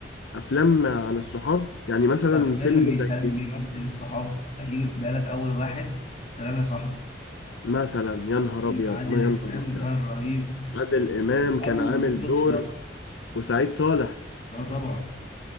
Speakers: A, on the left (about 80°); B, on the left (about 40°).
A: أفلام عن الصحاب يعني مثلا
B: اكتر فيلم
A: فيلم
B: بيسلم
A: زي
B: بيمثل الصحاب هيجي في بالك اول واحد سلام يا صاحبي
A: مثلا يا نهار
B: فيلم
A: أبيض
B: عادل
A: ما يا نهار
B: امام
A: أبيض
B: كان رهيب
A: عادل إمام
B: وقابله
A: كان عامل
B: بالصدفه
A: دور وسعيد صالح
B: اه طبعا